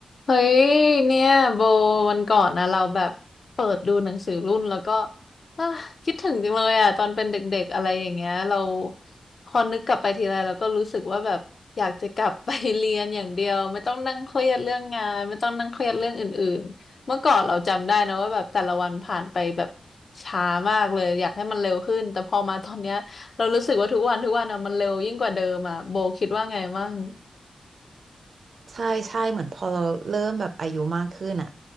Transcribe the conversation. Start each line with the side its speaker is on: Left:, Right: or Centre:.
Left: เฮ้ยเนี่ยโบวันก่อนนะเราแบบเปิดดูหนังสือรุ่นแล้วก็อ่ะคิดถึงจังเลยอ่ะตอนเป็นเด็กๆอะไรอย่างเงี้ยเราพอนึกกลับไปทีไรเราก็รู้สึกว่าแบบอยากจะกลับไป <laughs> เรียนอย่างเดียวไม่ต้องนั่งเครียดเรื่องงานไม่ต้องนั่งเครียดเรื่องอื่นๆเมื่อก่อนเราจำได้นะว่าแบบแต่ละวันผ่านไปแบบช้ามากเลยอยากให้มันเร็วขึ้นแต่พอมาตอนเนี้ยเรารู้สึกว่าทุกวันทุกวันอะมันเร็วยิ่งกว่าเดิมอ่ะโบคิดว่าไงมั่ง
Right: ใช่ใช่เหมือนพอเราเริ่มแบบอายุมากขึ้นอะ